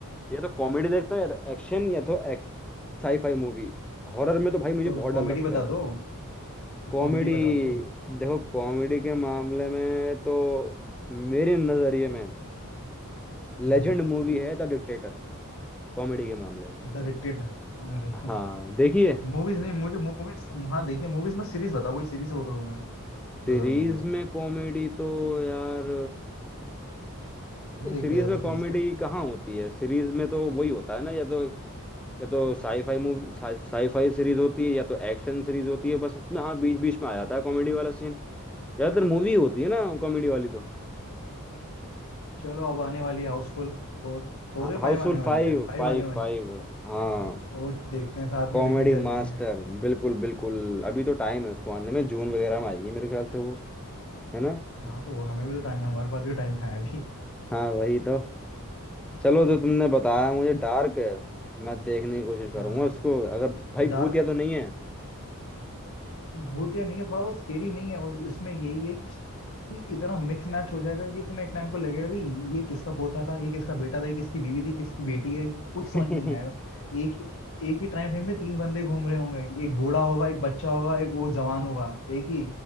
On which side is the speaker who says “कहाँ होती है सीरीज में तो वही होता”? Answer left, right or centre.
Centre